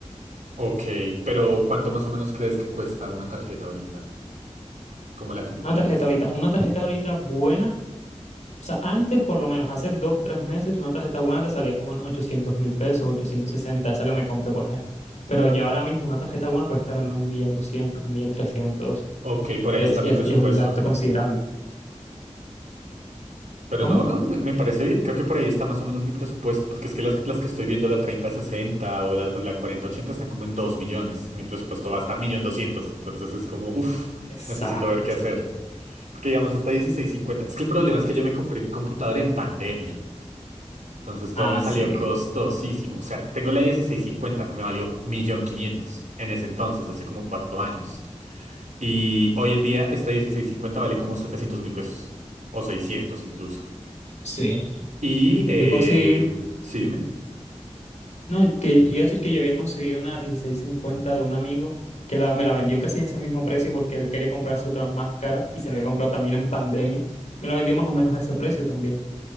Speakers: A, on the right; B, on the left.
A: ok. Pero ¿cuánto más o menos crees que cuesta una tarjeta ahorita, como la que tú
B: una
A: tienes?
B: tarjeta ahorita, una tarjeta ahorita buena O sea, antes, por lo menos hace dos, tres meses, una tarjeta buena te salía como en ochocientos mil pesos, 860, esa que me compré, por ejemplo. Pero ya ahora mismo una tarjeta buena puede estar en un millón doscientos, un millón trescientos.
A: Ok, por ahí
B: Es,
A: está
B: ya
A: mi presupuesto.
B: es, ya es un gasto considerable.
A: Pero
B: ¿Cómo?
A: no, no, me, me parece bien. Creo que por ahí está más o menos mi presupuesto, porque es que las, las que estoy viendo, la 30 sesenta o la, o la cuarenta ochenta están como en 2 millones y mi presupuesto va hasta 1.200.000. Entonces es como, uff,
B: Exacto.
A: necesito ver qué hacer. Porque digamos hasta dieciséis cincuenta. Es que el problema es que yo me compré mi computadora en pandemia. Entonces todo
B: Ah,
A: me salió
B: sí.
A: costosísimo. O sea, tengo la dieciséis cincuenta, me valió 1.500.000 en ese entonces, hace como 4 años. Y hoy en día esta dieciséis cincuenta vale como setecientos mil pesos o 600 incluso.
B: Sí.
A: Y, eh,
B: Yo conseguí,
A: sí, dime.
B: no, que iba a decir que yo había conseguido una dieciséis cincuenta de un amigo que la- me la vendió casi en ese mismo precio porque él quería comprarse otra más cara y se la había comprado también en pandemia. Me la vendió más o menos a ese precio también.